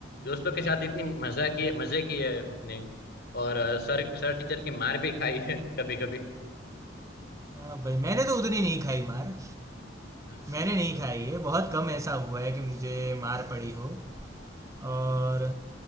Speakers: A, on the left; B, on the right.
A: दोस्तों के साथ इतनी मजा की मजे किए हैं उतने और अ, सर सर टीचर की मार भी खाई है कभी कभी
B: हाँ भाई मैंने तो उतनी नहीं खाई मार
A: हाँ
B: मैंने नहीं खाई है बहुत कम ऐसा हुआ है कि मुझे मार पड़ी हो
A: हाँ,
B: और